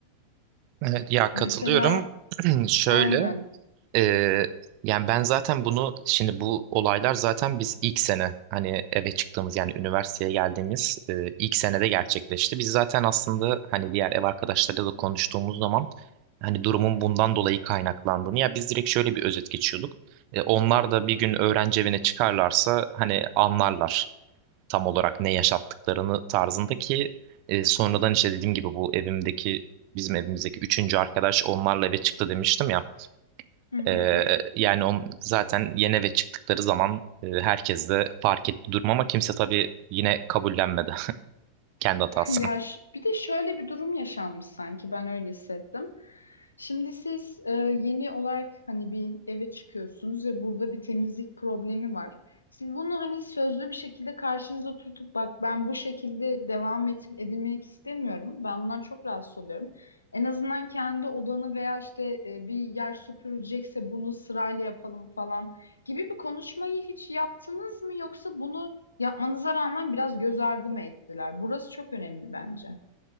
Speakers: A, on the right (about 45°); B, on the left (about 80°).
A: Evet, ya katılıyorum.
B: Mesela
A: <clears throat> Şöyle
B: aynen.
A: Ee, yani ben zaten bunu şimdi bu olaylar zaten biz ilk sene hani eve çıktığımız yani üniversiteye geldiğimiz e, ilk senede gerçekleşti. Biz zaten aslında hani diğer ev arkadaşlarıyla da konuştuğumuz zaman hani durumun bundan dolayı kaynaklandığını ya biz direkt şöyle bir özet geçiyorduk. E, onlar da bir gün öğrenci evine çıkarlarsa hani anlarlar tam olarak ne yaşattıklarını tarzındaki e, sonradan işte dediğim gibi bu evimdeki bizim evimizdeki üçüncü arkadaş onlarla eve çıktı demiştim ya.
B: Hı hı.
A: Ee, yani on, zaten yeni eve çıktıkları zaman e, herkes de fark etti durum ama kimse tabii yine kabullenmedi <laughs> kendi hatasını.
B: <laughs> Ya ş- bir de şöyle bir durum yaşanmış sanki ben öyle hissettim. Şimdi siz e, yeni olarak hani bir eve çıkıyorsunuz ve burada bir temizlik problemi var. Siz bunu hani sözlü bir şekilde karşınıza oturtup bak ben bu şekilde devam et, edilmek istemiyorum. Ben bundan çok rahatsız oluyorum. En azından kendi odanı veya işte e, bir yer süpürülecekse bunu sırayla yapalım falan gibi bir konuşmayı hiç yaptınız mı? Yoksa bunu Yapmanıza rağmen biraz göz ardı mı ettiler? Burası çok önemli bence.